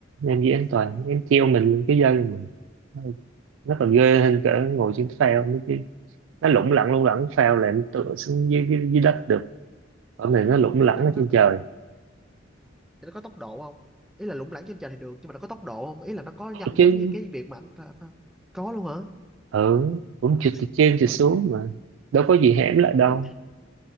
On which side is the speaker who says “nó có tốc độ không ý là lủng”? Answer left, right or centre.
Centre